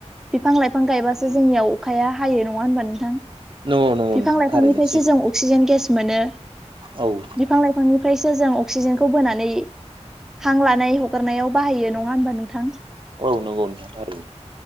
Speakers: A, in the centre; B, on the right.
A: बिफां लाइफां गायबासो जोंनियाव अखाया हायो नङा होनबा नोंथां?
B: नंगौ नंगौ
A: बिफां
B: नोंथां
A: लाइफांनिफ्रायसो
B: थारैनो सैथो
A: जों अक्सिजेन गेस मोनो
B: औ नोंथां
A: बिफां लाइफांनि ओमफ्रायसो जों अक्सिजेनखौ बोनानै हां लानाय हगारनायाव बाहायो नङा हबा नोंथां?
B: औ नंगौ नोंथां थार।